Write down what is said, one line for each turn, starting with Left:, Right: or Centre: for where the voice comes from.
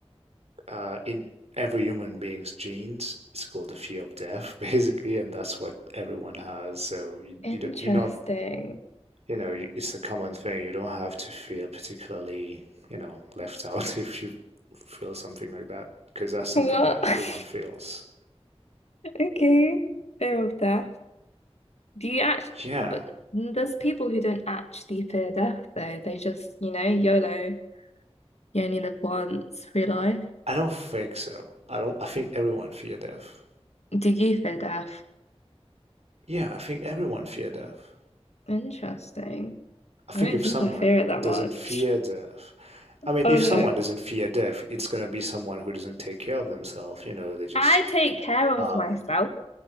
Right: uh, in every human being's genes is called the fear of death, <laughs> basically, and that's what everyone has. So you
Left: Interesting.
Right: you do you're not you know it's a common thing. You don't have to feel particularly you know left out <laughs> if you feel something like that because that's something
Left: What?
Right: that
Left: <laughs>
Right: everyone feels.
Left: Okay. Fear of death. Do you actually,
Right: Yeah,
Left: but there's people who don't actually fear death though. They just, you know, YOLO. You only live once, free life.
Right: I don't think so. I don't. I think everyone fear death.
Left: Do you fear death?
Right: Yeah, I think everyone fear death.
Left: Interesting.
Right: I think
Left: I don't
Right: if
Left: think
Right: someone
Left: I fear it that
Right: doesn't
Left: much.
Right: fear death, I mean,
Left: Oh
Right: if
Left: no.
Right: someone doesn't fear death, it's gonna be someone who doesn't take care of themselves. You know, they just,
Left: I take care of
Right: um,
Left: myself.